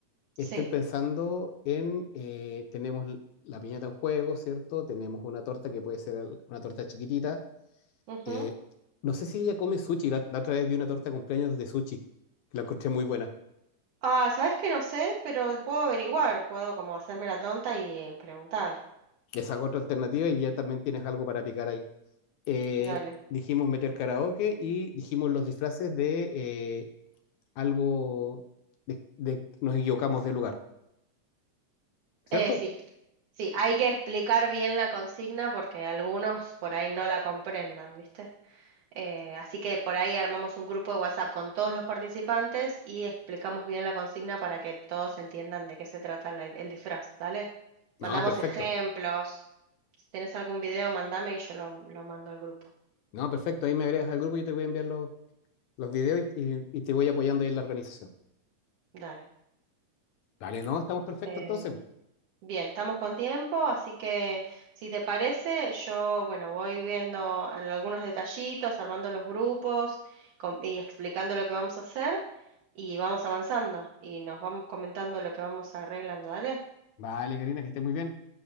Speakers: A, on the left; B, on the right.
A: Estoy
B: Sí.
A: pensando en, eh, tenemos l- la piñata en juego, ¿cierto? Tenemos una torta que puede ser al- una torta chiquitita.
B: Ujú.
A: Eh, no sé si ella come sushi, la, la otra vez vi una torta de cumpleaños de sushi, que la encontré muy buena.
B: Ah, ¿sabés que no sé? Pero puedo averiguar, puedo como hacerme la tonta y eh, preguntar.
A: Esa es otra alternativa y ya también tienes algo para picar ahí. eh,
B: Dale.
A: dijimos meter karaoke y dijimos los disfraces de eh, algo de, de- nos equivocamos de lugar, ¿cierto?
B: Eh, sí, sí, hay que explicar bien la consigna porque algunos por ahí no la comprendan, ¿viste? Eh, así que por ahí armamos un grupo de WhatsApp con todos los participantes y explicamos bien la consigna para que todos entiendan de qué se trata la- el, disfraz, ¿dale? Mandamos
A: No, perfecto.
B: ejemplos. Si tenés algún video, mandame y yo lo, lo mando al grupo.
A: No, perfecto. Ahí me agregas al grupo, yo te voy a enviar los, los videos y, y- y te voy apoyando ahí en la organización.
B: Dale,
A: Vale, no, estamos perfectos
B: dale.
A: entonces.
B: Bien, estamos con tiempo, así que si te parece, yo, bueno, voy viendo al- algunos detallitos, armando los grupos com- y explicando lo que vamos a hacer y vamos avanzando y nos vamos comentando lo que vamos arreglando, ¿dale?
A: Vale, Karina, que estés muy bien.